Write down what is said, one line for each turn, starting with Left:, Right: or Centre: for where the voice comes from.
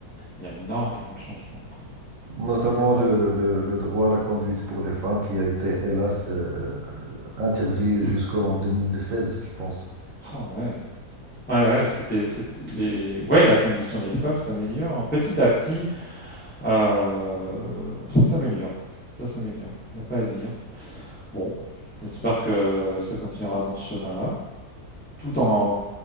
Left: Il y a énormément de changements quand
Right: Notamment le,
Left: même. Ouais.
Right: le, le droit à la conduite pour les femmes qui a été, hélas, euh, interdit jusqu'en
Left: Mm.
Right: 2016, je pense.
Left: Oh, ouais. Ouais, ouais, c'était, c'était les... ouais, la condition des femmes s'améliore. hein. Petit à petit, euh, ça s'améliore. Ça s'améliore. Il n'y a pas à dire. Bon, j'espère que ça continuera dans ce chemin-là, tout en